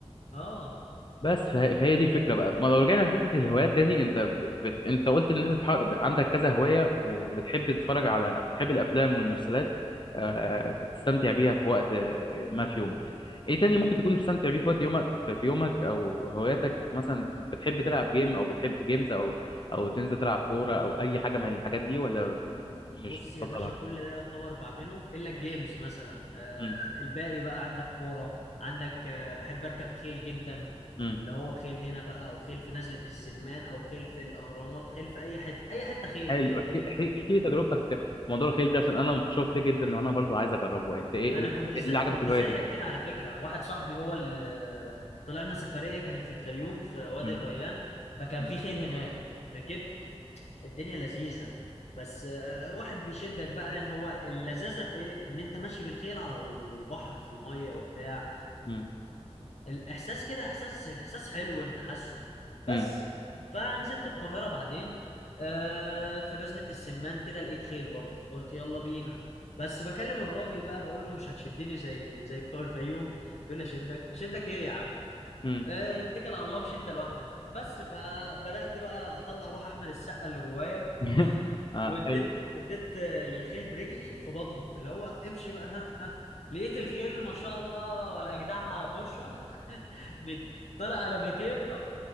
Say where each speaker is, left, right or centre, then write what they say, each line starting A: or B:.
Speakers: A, on the left; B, on the left.
A: اه
B: بس فه- فهي دي الفكره بقى ما لو رجعنا لحته الهوايات تاني انت ب... بت... انت قلت ان انت بتح... عندك كذا هوايه وبتحب تتفرج على بتحب الافلام والمسلسلات آه... تستمتع بيها في وقت آه، ما في يومك ايه تاني
A: اه
B: ممكن تكون بتستمتع بيه في وقت يومك في في يومك او هواياتك مثلا بتحب تلعب جيم او بتحب جيمز او او تنزل تلعب كوره او اي حاجه من الحاجات دي ولا مش
A: بص
B: بتفضلها
A: يا باشا كل ده يعتبر بعمله الا الجيمز مثلا آه
B: امم
A: الباقي بقى عندك كوره عندك آه بحب اركب خيل جدا
B: امم.
A: اللي هو خيل هنا بقى او خيل في نزله السمان او خيل في الاهرامات خيل في اي حته اي حته خيل
B: حلو
A: خيل
B: احكي
A: خيل
B: احكي احكي تجربتك في موضوع الخيل ده عشان انا متشوق ليه جدا وانا برضو عايز اجربه انت ايه ايه
A: انا كنت ز...
B: إيه اللي عجبك
A: كنت
B: في الهوايه
A: زيك
B: دي
A: كده على فكره واحد صاحبي هو اللي طلعنا سفريه كانت في الفيوم في وادي
B: مم.
A: الريان فكان
B: مم.
A: في خيل هناك ركبت الدنيا لذيذة بس آه، واحد بيشدك بقى هو اللذاذة في ايه ان انت ماشي بالخيل على البحر في المية وبتاع
B: مم.
A: والاحساس كده احساس احساس حلو انت حاسه بس
B: مم.
A: فنزلت القاهرة بعدين آه، في نزلة السمان كده لقيت خيل برضو قلت يلا بينا بس بكلم الراجل بقى بقول له مش هتشدني زي زي بتوع الفيوم يقول لي اشدك اشدك ايه يا عم
B: مم.
A: آه، اتكل على الله مش انت لوحدك بس فبدأت بقى اطلع روح احمد السقا اللي جوايا
B: <laughs> آه
A: واديت
B: حلو
A: اديت آه، للخيل برجلي في بطنه اللي هو امشي بقى ها ها لقيت الخيل ما شاء الله ولا اجدعها بورشه <laughs> بت- طلع على 200